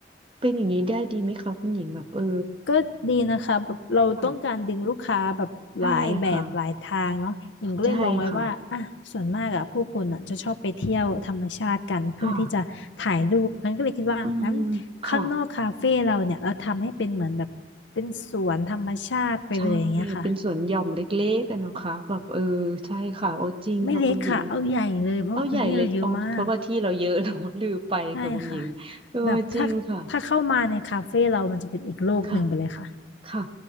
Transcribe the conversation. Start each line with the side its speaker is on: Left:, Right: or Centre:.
Right: เป็นอย่างนี้ได้ดีไหมคะคุณหญิงแบบเออ
Left: ก็ดีนะคะแบบเราต้องการดึงลูกค้าแบบหลายแบบหลายทางเนาะหญิงก็เลยมองไว้ว่าอ่ะส่วนมากอะผู้คนอะจะชอบไปเที่ยวธรรมชาติกันเพื่อที่จะถ่ายรูปงั้นก็เลยคิดว่างั้น
Right: ค่ะใช่ค่ะใช่ค่ะค่ะ อืมค่ะ
Left: ข้างนอกคาเฟ่เราเนี่ยเราทำให้เป็นเหมือนแบบเป็นสวนธรรมชาติไปเลยอย่างเงี้ยค่ะ
Right: ใช่เป็นสวนหย่อมเล็กๆกันนะคะแบบเออใช่ค่ะโอ้จริงค่ะคุณหญิง
Left: ไม่เล็กค่ะเอาใหญ่เลยเพราะพื้นที่เราเยอะมาก
Right: เอาใหญ่เลยเอาเพราะว่าที่เราเยอะเราลืมไปค่ะคุณหญิงเออจริงค่ะ
Left: ใช่ค่ะแบบถ้าถ้าเข้ามาในคาเฟ่เรามันจะเป็นอีกโลกหนึ่งไปเลยค่ะ
Right: ค่ะค่ะ